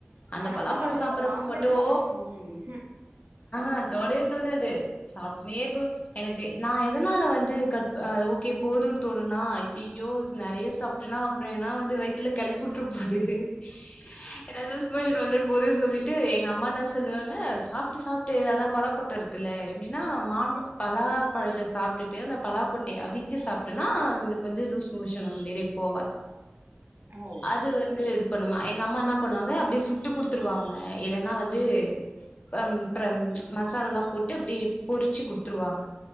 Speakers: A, on the left; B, on the right.
A: அந்த
B: ஆனா
A: பலாப்பழ
B: பலாப் பழம்
A: சாப்பறப்ப
B: மாம்பழமும்
A: மட்டு
B: ம்
A: ஆ தொடவே தோணாது சாப்புனே இருக்கணு எனக்கு நா எதனால வந்து கப் ஓகே போதுன் தோணுனா ஐயையோ நறையா சாப்டனா அப்புறோ என்னா வந்து வயித்துல கெழப்பியுட்ரு மருகு <unintelligible> போதுன் சொல்லிட்டு எங்க அம்மா என்ன சொல்லுவாங்க சாப்டு சாப்டு அதா பலாக்கொட்ட இருக்குல்ல எப்டின்னா மாம்பழோ பலா பழத்த சாப்டுட்டு அந்த பலாக்கெட்டைய அவிச்சு சாப்டன்னா நம்மளுக்கு வந்து லூஸ் மோஷன் ஆகு மிரே போவாதா
B: ஓ
A: அது வந்து இதுப் பண்ணுமா எங்க அம்மா என்ன பண்ணுவாங்க அப்டியே சுட்டு குடுத் குடுத்துருவாங்க இல்லன்னா வந்து பம் ப்பறம் மசாலா எல்லாம் போட்டு அப்டியே பொருச்சு குடுத்துருவாங்க